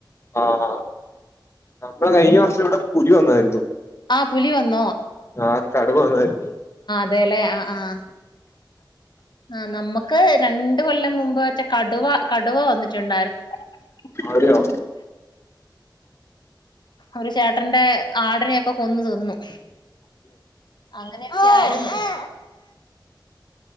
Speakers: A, on the left; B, on the left.
A: ആഹ് നമ്മളെ കഴിഞ്ഞവർഷം ഇവിടെ പുലി വന്നായിരുന്നു
B: ആ പുലി വന്നോ?
A: ആഹ് കടുവ വന്നായിരുന്നു.
B: അതേലേ ആ ആഹ് ആഹ് നമ്മക്ക് രണ്ട് കൊല്ലം മുമ്പേ റ്റെ കടുവ കടുവ വന്നിട്ടുണ്ടായിര് <unintelligible>
A: അതെയോ
B: ഒരു ചേട്ടന്റെ ആടിനെയൊക്കെ കൊന്നു തിന്നു അങ്ങനെ ഒക്കെ ആയിരുന്നു